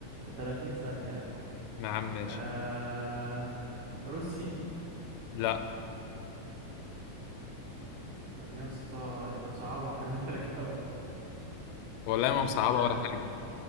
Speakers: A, on the right (about 55°); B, on the left (about 85°).
A: 30 ثانية يا عم
B: يا عم ماشي
A: آه... روسي
B: لا
A: طب يا اسطى انت بصعبها خلي بالك قوي
B: والله ما مصعبه
A: آه...
B: ولا حاجه